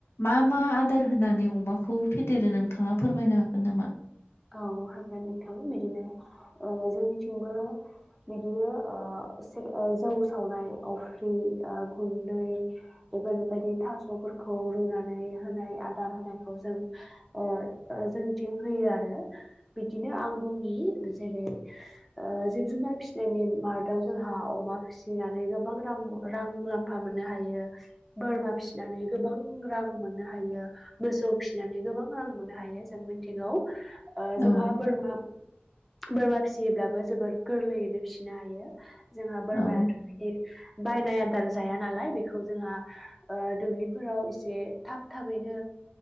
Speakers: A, on the left; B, in the centre.
A: मा मा आदार होनानै अमाखौ फेदेरो नोंथाङा फोरमायनो हागोन नामा
B: औ हागोनथां बिदिनो जोंनिथिंबो बिदिनो जौ सावनाय अफ्रि गुन्दै बेफोरबायदि थासफोरखौ रुनानै होनाय आदार होनायखौ जों जों मिथिं होयो आरो बिदिनो आं बुंनि जेरै जिब जुनार फिसिनायनि मादाव जोंहा अमा फिसिनानै गोबां रां रां मुलाम्फा मोननो हायो बोरमा फिसिनानै गोबां रां मोननो हायो मोसौ फिसिनानै गोबां रां मोननो हायो जों मिथिगौ आ
A: औ
B: जोंहा बोरमा बोरमा फिसियोब्लाबो जोबोर गोरलैयैनो फिसिनो हायो जोंहा बोरमायाथ‌
A: औ
B: बिदि बायनाय आदार जाया नालाय बेखौ जोंहा दुब्लिफोराव एसे थाब थाबैनो